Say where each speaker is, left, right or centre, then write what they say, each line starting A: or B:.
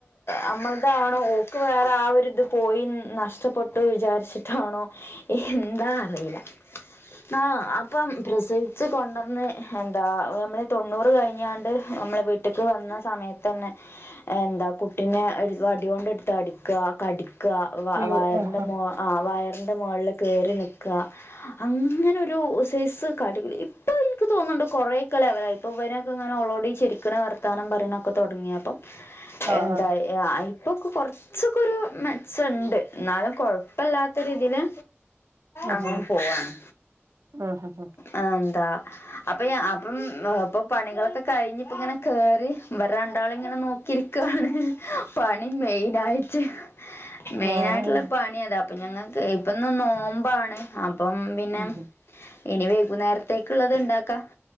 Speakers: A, on the left; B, on the right.
A: നമ്മളതാണോ ഓക്ക് വേറെ ആഹ് ഒരു ഇത് പോയി നഷ്ടപ്പെട്ടു വിചാരിച്ചിട്ടാണോ എന്താ അറിയില്ല ആഹ് അപ്പം പ്രൊസീ വിളിച്ച് കൊണ്ടുവന്ന് എന്താ നമ്മൾ തൊണ്ണൂറ് കഴിഞ്ഞാണ്ട് നമ്മളെ വീട്ടിക്ക് വന്ന സമയ തന്നെ എന്താ കുട്ടീനെ വടികൊണ്ട് എടുത്ത് അടിക്കുക കടി ക്കുക
B: അയ്യോ
A: വയറിന്റെ
B: ആഹ്
A: മോ ആഹ് വയ റിന്റെ മോളിൽ കേറി നിക്കുക അങ്ങനെ ഒരു സൈസ് കാട്ടികൂട്ടലാ ഇപ്പം എനിക്ക് തോന്നുന്നുണ്ട് കുറെ ഒക്കെ ലെവലായി ഇപ്പം ഇവനെയൊക്കെ ഇങ്ങനെ ഓളോട് ചരിക്കണ് വർത്താനം പറയണൊക്കെ തുടങ്ങിയപ്പം
B: ആഹ്
A: എന്താ ഇപ്പൊക്കെ കൊറച്ചൊക്കെ ഒരു മെച്ചമുണ്ട്. എന്നാലും കൊഴപ്പല്ലാത്ത രീതിയില്
B: ആഹ് ആഹ്
A: അങ്ങ് പോവാണ്.
B: <unintelligible>
A: ആഹ് എന്താ? അപ്പൊ അപ്പം ഇപ്പൊ പണികളൊക്കെ കഴിഞ്ഞ് ഇപ്പം ഇങ്ങനെ കേറി ഇവരെരണ്ടാളെയും ഇങ്ങനെ നോക്കിരിക്ക ക്കാണ് പണി മെയിൻ ആയിട്ട് മെയിനായിട്ടുള്ള
B: ആഹ് ആഹ്
A: പണി അതാ അപ്പൊ ഞങ്ങൾക്ക് ഇപ്പൊന്ന് നോമ്പാണ് അപ്പം പിന്നെ
B: ഉം
A: ഇനി വൈകുന്നേരത്തേക്കുള്ളത് ഉണ്ടാക്കാം.